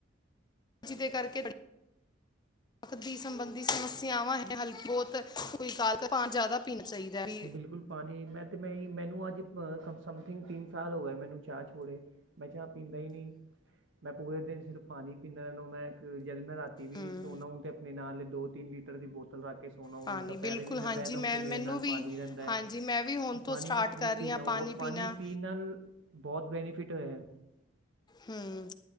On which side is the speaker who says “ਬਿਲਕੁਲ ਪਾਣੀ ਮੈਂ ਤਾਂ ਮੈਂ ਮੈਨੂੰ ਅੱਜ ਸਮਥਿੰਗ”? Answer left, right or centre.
Right